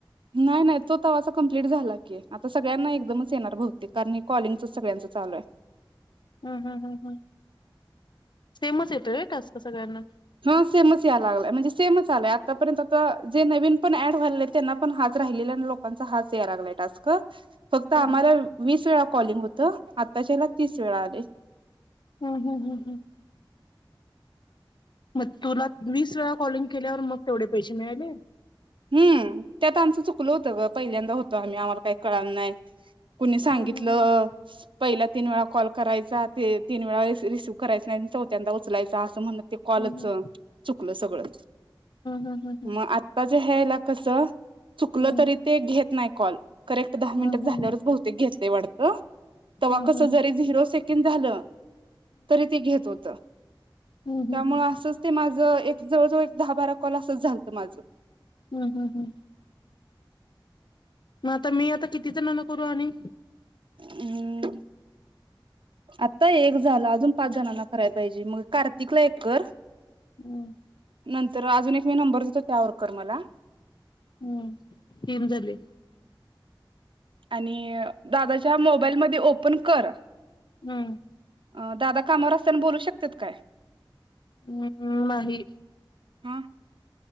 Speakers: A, on the right; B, on the left.
A: नाय नाय तो तवाचं कम्प्लीट झाला की आता सगळ्यांना एकदमच येणार भवतेक कारण हे कॉलिंगच सगळ्यांचं चालू आहे.
B: हूं हूं हूं हूं सेमच येतोय व्हय टास्क सगळ्यांना
A: हा सेमच यायला लागलाय म्हणजे सेमच आलय आतापर्यंत आता जे नवीन पण ऍड व्हायलेत त्यांना पण हाच राहिलेल्यानं लो लोकांचा हाच यायला लागलाय टास्क फक्त आम्हाला
B: हम्म हम्म
A: वीस वेळा कॉलिंग होतं आताच्या हयाला तीस वेळा आलय.
B: हूं हूं हूं हूं मग तुला वीस वेळा कॉलिंग केल्यावर मग तेवढे पैसे मिळाले.
A: हम्म त्यात आमचं चुकलं होतं ग पहिल्यांदा होतं आम्ही आम्हाला काय कळाल नाय. कुणी सांगितलं
B: हम्म हम्म
A: पहिला तीन वेळा कॉल करायचा ते तीन वेळा रिसी रिसीव्ह करायचा चौथ्यांदा उचलायचा असं म्हणत ते कॉलच
B: हम्म
A: चुकलं सगळं
B: हम्म हम्म
A: म आत्ताचं ह्यायला कसं चुकलं
B: हम्म
A: तरी ते घेत नाय कॉल करेक्ट दहा मिनिट
B: हम्म
A: झाल्यावरच
B: हम्म
A: बहुतेक घेतय वाटतं तेव्हा
B: हम्म
A: कस
B: हम्म हम्म हम्म
A: जरी झिरो सेकंड झालं- तरी ते घेत होत त्यामुळ
B: हम्म हम्म हम्म
A: असं ते माझ एक जवळजवळ एक दहा बारा कॉल असच झालतं माझं.
B: हूं हूं हूं म आता मी आता किती जणांना करू आणि
A: अम्म आता एक झालं अजून पाच जणांना कराय पाहिजे मग कार्तिकला एक कर
B: हं
A: नंतर अजून एक मी नंबर देतो त्यावर कर मला
B: हम्म तीन झाले.
A: आणि दादाच्या मोबाईलमध्ये ओपन कर
B: हम्म
A: अ दादा कामावर असताना बोलू शकतेत काय?
B: हम्म नाही.
A: ह